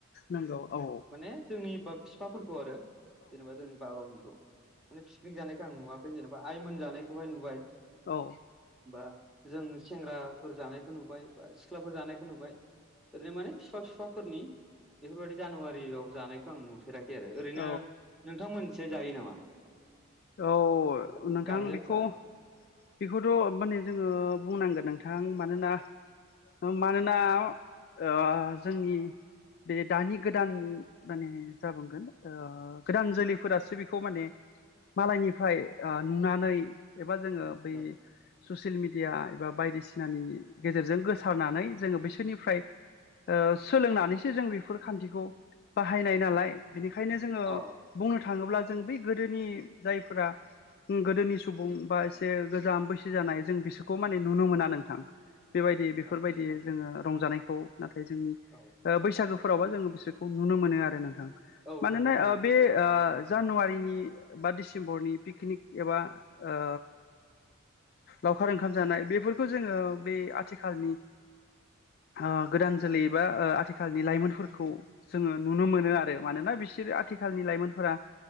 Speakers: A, on the left; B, in the centre.
A: नंगौ औ
B: माने जोंनि ब बिफाफोरखौ आरो जेनेबा जोंनि बाबामोनखौ माने पिकनिक जानायखौ आं नुवाखै जेनेबा आइमोन जानायखौहाय नुबाय
A: औ
B: बा जों सेंग्राफोर जानायखौ नुबाय बा सिख्लाफोर जानायखौ नुबाय ओरैनो माने फिफा फिफाफोरनि बेफोरबायदि जानुवारियाव जानायखौ आं नुफेराखै आरो ओरैनो
A: औ
B: नोंथां मोननिथिजाय जायो नामा
A: औ
B: बेफोरो माने
A: नोंथां
B: गारजेनफ्रा
A: बेखौ बेखौथ' माने जोङो बुंनांगोन नोंथां मानोना मानोना ओ जोंनि बे दानि गोदान माने जाबुंगोन गोदान जोलैफोरासो बेखौ माने मालायनिफ्राय नुनानै एबा जोङो बै
B: औ
A: ससियेल मिडिया एबा बायदिसिनानि गेजेरजों गोसारनानै जोङो बिसोरनिफ्राय ओ सोलोंनानैसो जों बेफोर खान्थिखौ बाहायनाय नालाय बिनिखायनो जोङो
B: औ
A: बुंनो थाङोब्ला जों बै गोदोनि जायफोरा गोदोनि सुबुं बा एसे गोजाम बैसो जानाय जों बिसोरखौ माने नुनो मोना नोंथां बेबायदि बेफोरबायदि
B: आदसा
A: जोङो रंजानायखौ नाथाय जोंनि ओ
B: औ
A: बैसागोफोरावबा जोङो बिसोरखौ नुनो मोनो आरो नोंथां
B: औ
A: मानोना
B: नंगौ नंगौ
A: ओ
B: बैसागुखौबो
A: बे ओ
B: आं
A: जानुवारिनि बा दिसेम्बरनि पिकनिक एबा ओ लावखार ओंखाम जानाय बेफोरखौ जोङो बे आथिखालनि ओ गोदान जोलै बा आथिखालनि लाइमोनफोरखौ जोङो नुनो मोनो आरो मानोना बिसोर आथिखालनि लाइमोनफोरा